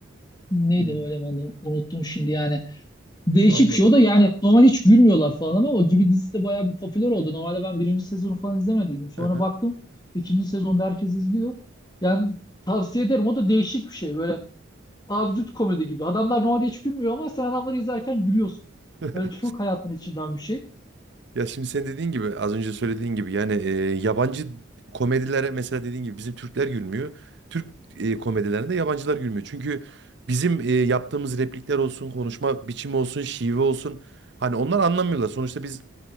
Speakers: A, on the left; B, on the right.
A: neydi
B: Hmm.
A: o elemanı unuttum şimdi yani. Değişik
B: Anladım.
A: bir şey o da yani normal hiç gülmüyorlar falan ama o gibi dizisi de bayağı bir popüler oldu. Normalde ben birinci sezonu falan izlemediydim. Sonra
B: Hı hı.
A: baktım ikinci sezonda herkes izliyor. Yani tavsiye ederim o da değişik bir şey böyle absürt komedi gibi. Adamlar normalde hiç gülmüyor ama sen adamları izlerken gülüyorsun.
B: Hı.
A: Böyle
B: <laughs>
A: çok hayatın içinden bir şey.
B: Ya şimdi sen dediğin gibi az önce söylediğin gibi yani e, yabancı komedilere mesela dediğin gibi bizim Türkler gülmüyor. Türk e, komedilerinde yabancılar gülmüyor. Çünkü bizim e, yaptığımız replikler olsun, konuşma biçimi olsun, şive olsun hani onlar anlamıyorlar. Sonuçta biz